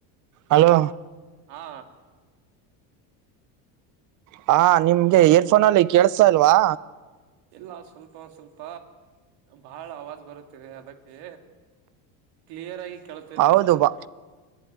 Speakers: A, on the right (about 45°); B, on the right (about 65°).
A: ಹಲೋ
B: ಹಾ
A: ಹಾ ನಿಮ್ಗೆ ಏರ್ಫೋನಲ್ಲಿ ಕೇಳ್ಸ್ತಾ ಇಲ್ವಾ
B: ಎಲ್ಲ ಸ್ವಲ್ಪ ಸ್ವಲ್ಪ ಬಹಳ ಅವಾಜ್ ಬರುತ್ತಿದೆ ಅದಕ್ಕೆ ಕ್ಲಿಯರ್ ಆಗಿ ಕೇಳ್ತಿದ್ದಿಲ್ಲ
A: ಹೌದು ಬಾ